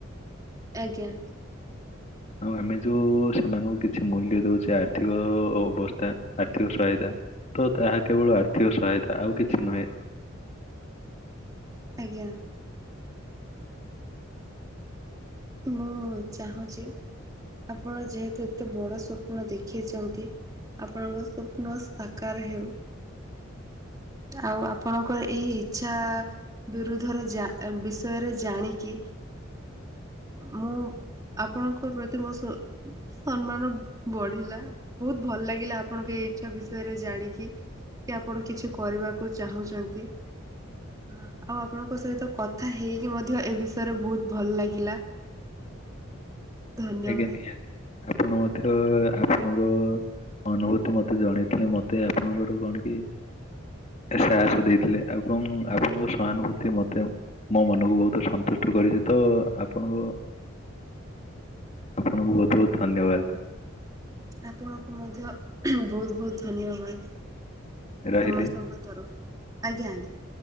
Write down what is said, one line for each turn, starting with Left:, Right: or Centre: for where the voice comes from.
Right: ଆଜ୍ଞା
Left: ଆଉ ଆମେ ଯୋଉ ସେମାନଙ୍କୁ କିଛି ମୂଲ୍ୟ ଦଉଛେ ଆର୍ଥିକ ଅବସ୍ଥା ଆର୍ଥିକ ସହାୟତା ତ ତାହା କେବଳ ଆର୍ଥିକ ସହାୟତା ଆଉ କିଛି ନୁହେଁ
Right: ଆଜ୍ଞା ମୁଁ ଚାହୁଁଛି ଆପଣ ଯେହେତୁ ଏତେ ବଡ଼ ସ୍ୱପ୍ନ ଦେଖେଇଛନ୍ତି ଆପଣଙ୍କ ସ୍ୱପ୍ନ ସାକାର ହେଉ ଆଉ ଆପଣଙ୍କ ଏହି ଇଚ୍ଛା ବିରୁଦ୍ଧରେ ବିଷୟରେ ଜାଣିକି ମୁଁ ଆପଣଙ୍କ ପ୍ରତି ମୋ ସ ସମ୍ମାନ ବଢିଲା ବହୁତ ଭଲ ଲାଗିଲା ଆପଣଙ୍କୁ ଏଇ ଇଚ୍ଛା ବିଷୟରେ ଜାଣିକି କି ଆପଣ କିଛି କରିବାକୁ ଚାହୁଁଛନ୍ତି ହ ଆଉ ଆପଣଙ୍କ ସହିତ କଥା ହେଇକି ମଧ୍ୟ ଏ ବିଷୟରେ ବହୁତ ଭଲ ଲାଗିଲା ଧନ୍ୟବାଦ
Left: ଆଜ୍ଞା ନିହାତି ଆପଣ ମଧ୍ୟ ଆପଣଙ୍କ ଅନୁଭୂତି ମତେ ଜଣେଇଥିଲେ ମତେ ଆପଣଙ୍କର କଣ କି ସାହସ ଦେଇଥିଲେ ଏବଂ ଆପଣଙ୍କ ସହାନୁଭୂତି ମତେ ମୋ ମନକୁ ବହୁତ ସନ୍ତୁଷ୍ଟ କରିଛି ତ ଆପଣଙ୍କ ଆପଣଙ୍କୁ ବହୁତ ବହୁତ ଧନ୍ୟବାଦ
Right: ଆପଣଙ୍କୁ ମଧ୍ୟ ବହୁତ ବହୁତ ଧନ୍ୟବାଦ
Left: ରହିଲି
Right: ସମସ୍ତଙ୍କ ତରଫରୁ ଆଜ୍ଞା ଆଜ୍ଞା